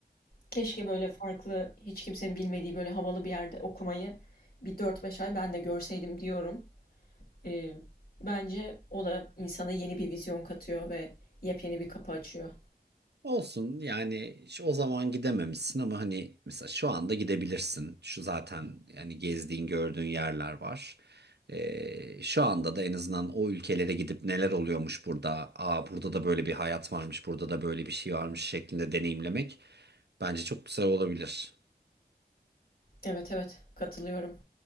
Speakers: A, on the left (about 65°); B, on the right (about 85°).
A: Keşke böyle farklı, hiç kimsenin bilmediği böyle havalı bir yerde okumayı bir dört beş ay ben de görseydim diyorum. E, bence o da insana yeni bir vizyon katıyor ve yepyeni bir kapı açıyor.
B: Olsun yani şu- o zaman gidememişsin ama hani mesela şu anda gidebilirsin. Şu zaten yani gezdiğin gördüğün yerler var. Ee, şu anda da en azından o ülkelere gidip neler oluyormuş burada. Aa burada da böyle bir hayat varmış, burada da böyle bir şey varmış şeklinde deneyimlemek bence çok güzel olabilir.
A: Evet evet katılıyorum.